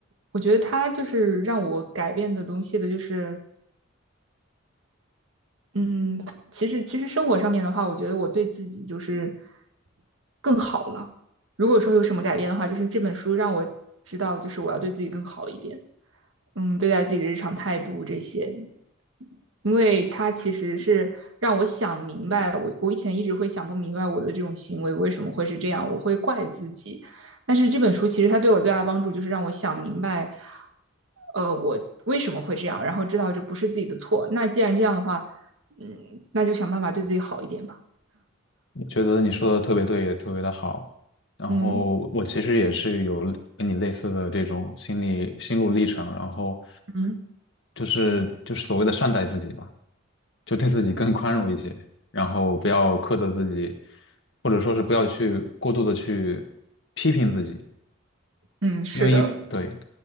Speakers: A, on the right; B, on the left.
A: 我觉得它就是让我改变的东西的，就是嗯，其实其实生活上面的话，我觉得我对自己就是更好了。如果说有什么改变的话，就是这本书让我知道，就是我要对自己更好一点。嗯，对待自己的日常态度这些，因为它其实是让我想明白，我我以前一直会想不明白我的这种行为为什么会是这样，我会怪自己。但是这本书其实它对我最大的帮助就是让我想明白，呃，我为什么会这样，然后知道这不是自己的错。那既然这样的话，嗯，那就想办法对自己好一点吧。
B: 觉得你说的特别对，也特别的好。然后我其实也是有跟你类似的这种心理心路历程，
A: 嗯
B: 然后
A: 嗯，
B: 就是就是所谓的善待自己吧，就对自己更宽容一些，然后不要苛责自己，或者说是不要去过度的去批评自己，
A: 嗯，是的，
B: 因为对，